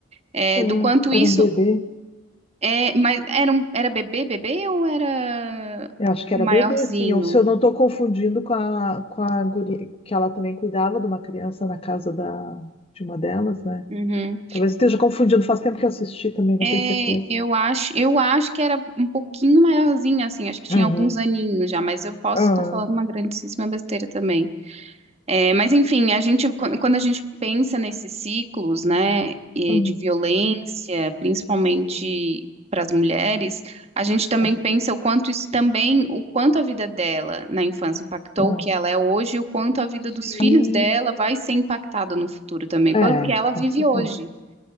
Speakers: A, on the right (about 30°); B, on the left (about 30°).
A: é,
B: Ah,
A: do quanto
B: era
A: isso
B: um bebê.
A: é, mas era, um, era bebê, bebê ou era
B: Eu acho que era
A: maiorzinho?
B: bebê, sim. Ou se eu não estou confundindo com a, com a guria, que ela também cuidava de uma criança na casa da, de uma delas, né?
A: Uhum.
B: Talvez eu esteja confundindo, faz tempo que eu assisti também, não
A: É,
B: tenho certeza.
A: eu acho, eu acho que era um pouquinho maiorzinho, assim, acho que tinha
B: Uhum.
A: alguns aninhos já, mas eu posso
B: Ah,
A: estar falando uma grandíssima besteira também. É, mas enfim, a gente, quan- quando a gente pensa nesses ciclos, né, e
B: hum,
A: de violência, principalmente para as mulheres, a gente também
B: Ah,
A: pensa o quanto isso também, o quanto a vida dela na infância impactou
B: ah.
A: o que ela é hoje, e o quanto a vida
B: Sim,
A: dos filhos dela vai ser impactada no futuro também,
B: é,
A: pelo que ela
B: com
A: vive
B: certeza.
A: hoje,